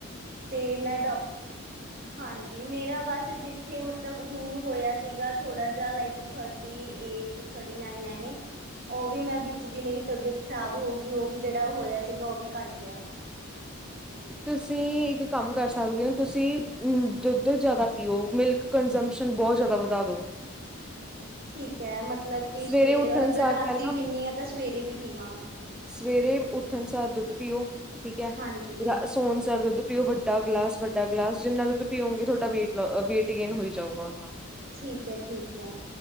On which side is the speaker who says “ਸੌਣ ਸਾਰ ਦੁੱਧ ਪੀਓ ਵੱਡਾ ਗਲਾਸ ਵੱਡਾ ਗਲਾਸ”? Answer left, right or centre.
Centre